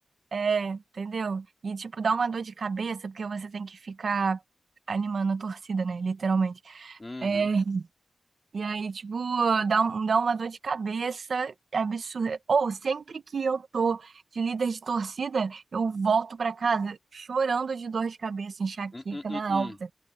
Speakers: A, on the right; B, on the left.
A: é, entendeu? E tipo, dá uma dor de cabeça porque você tem que ficar animando a torcida, né? Literalmente.
B: Uhum.
A: É, e aí, tipo, dá, um- dá uma dor de cabeça absurda. Ou sempre que eu tô de líder de torcida, eu volto pra casa chorando de dor de cabeça, enxaqueca
B: Hum, hum, hum,
A: na
B: hum.
A: alta.